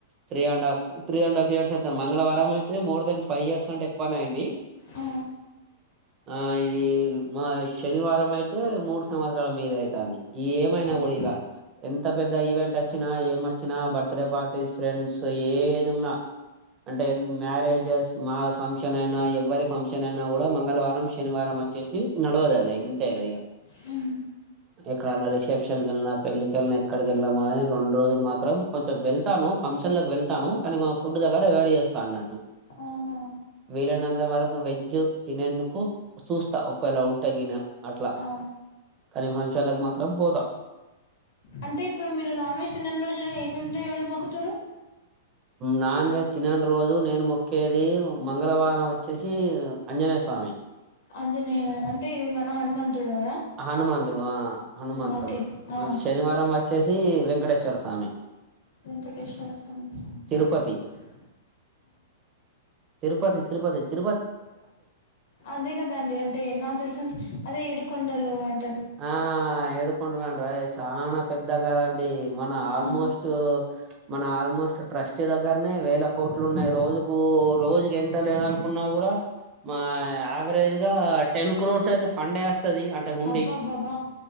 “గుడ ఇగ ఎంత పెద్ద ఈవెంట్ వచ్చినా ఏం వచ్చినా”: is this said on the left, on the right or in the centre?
Right